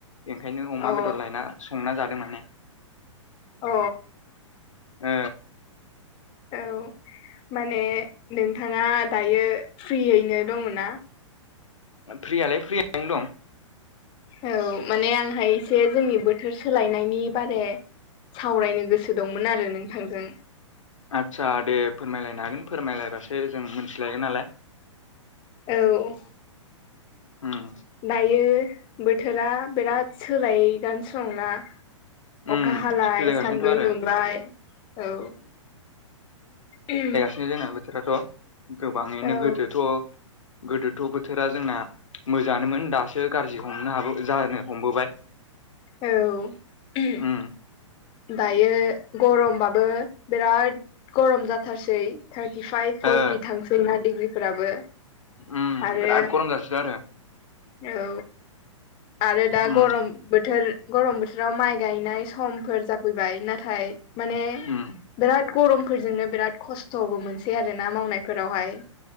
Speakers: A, on the left; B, on the left.
A: बेखायनो अमा
B: अ
A: बेदर लायना संना जादों माने।
B: अ।
A: ओ।
B: औ माने नोंथाङा दायो फ्रियैनो दङ ना?
A: फ्रियालाय फ्रियनो दं।
B: औ माने आंहा एसे जोंनि बोथोर सोलायनायनि बारे। सावरायनो गोसो दंमोन आरो नोंथांजों।
A: आतसा दे फोरमायलायनो हागोन फोरमायलायबासो जों मिथिलायगोन नालाय।
B: औ
A: उम
B: दायो बोथोरा बिराद सोलायगासिनो दंना?
A: उम
B: अखा हालाय
A: सोलायगासिनोथ'
B: सान्दुं
A: आरो
B: दुंलाय औ <unintelligible>
A: बिदिनो जोंना बोथोराथ' गोबाङैनो
B: औ
A: गोदोथ' गोदोथ' बोथोरा जोंना मोजांङानोमोन दासो गाज्रि हमनो हाबो जानो हमबोबाय।
B: औ उह
A: उम
B: दायो गरमबाबो बिराद गरम जाथारसै थार्टिफाइभ फरटि
A: ओ
B: थांसै जोंना डिग्रिफोराबो
A: उम
B: आरो
A: बिराद गरम जासोदों आरो
B: औ आरो दा
A: उम
B: गरम बोथोर गरम बोथोराव माइ गायनाय समफोर जाफैबाय नाथाय माने
A: उम
B: बिराद गरमफोरजोंनो बिराद खस्थ'बो मोनसै आरो ना मावनायफोरावहाय